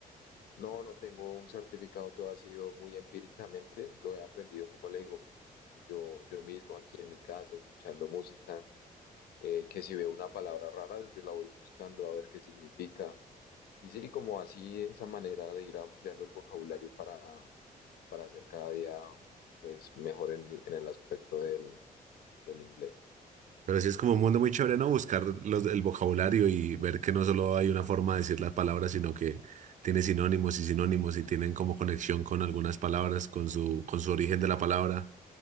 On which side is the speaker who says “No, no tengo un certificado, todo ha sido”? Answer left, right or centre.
Left